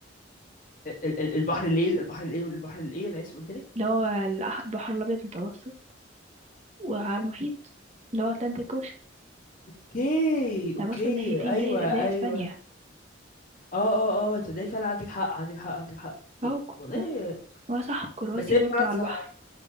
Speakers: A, on the left (about 45°); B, on the right (about 35°).
A: ال- ال- ال- البحر الايه البحر الايه البحر الايه انا اسف قلت ليه
B: اللي هو الأح- البحر الأبيض المتوسط وعلى المحيط اللي هو أتلانتيك أوشن
A: اوكي اوكي
B: ده بص من ناحيتين
A: ايوه
B: زي زي
A: ايوه
B: أسبانيا
A: اه اه اه تصدقي فعلا عندك حق عندك حق عندك حق
B: أهو
A: ي-
B: ك-
A: والله
B: و- وأنا صح كرواتيا
A: بس هي
B: برضو
A: فرنسا
B: على البحر